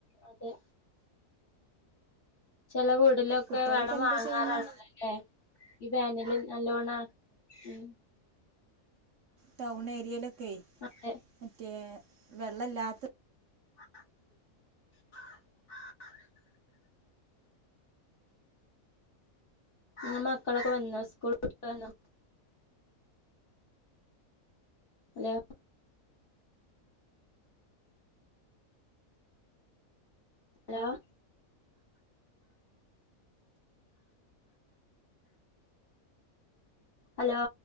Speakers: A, on the left; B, on the right.
A: അതെ ചെല വീട്ലൊക്കെ
B: കുട്ടികളൊക്കെ
A: വെള്ളം
B: എന്താ
A: വാങ്ങാറാണല്ലോല്ലേ
B: ചെയ്യുന്നേ
A: ഇവേനലിൽ നല്ലോണ ഉം
B: ട്ടൗണേരിയലൊക്കെയ്
A: അതെ
B: മറ്റേ വെള്ളല്ലാത്ത
A: ആ ഇങ്ങ മക്കളൊക്കെ വന്നോ സ്കൂൾ വിട്ട് വന്നോ ഹലോ അലോ ഹലോ